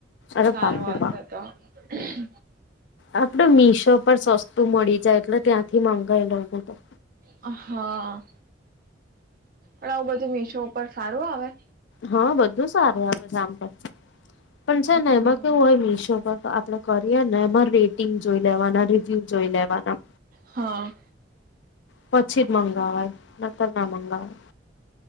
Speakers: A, on the left; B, on the right.
A: અરે
B: સારું
A: પાકું
B: હશે તો. હમ
A: આપડ મીશો પર સસ્તું મળી જાય એટલે ત્યાંથી માંગાય લોકો તો
B: હા પણ આવું બધું મીશો ઉપર સારું આવે?
A: હા બધું સારું આવે જામ તો પણ છે ને
B: હા
A: એમાં કેવું હોય મિસો પર આપડે કરીએ ને એમાં રેટિંગ જોઈ લેવાના રેવ્યુ જોઈએ લેવાના
B: હા
A: પછી જ મંગવાજ મંગવાય નકાર ના મંગાવાય